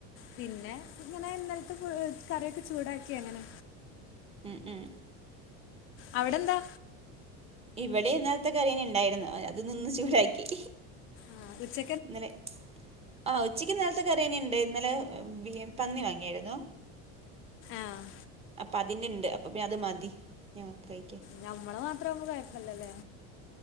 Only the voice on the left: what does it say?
പിന്നെ ഇങ്ങനെ ഇന്നലത്തെ പ് കറിയൊക്കെ ചൂടാക്കി അങ്ങനെ
അവിടെന്താ
ആഹ് ഉച്ച
ആഹ്.
ഞ്ഞമ്മള് മാത്രവുമ്പൊ കൊഴപ്പല്ലല്ലേ.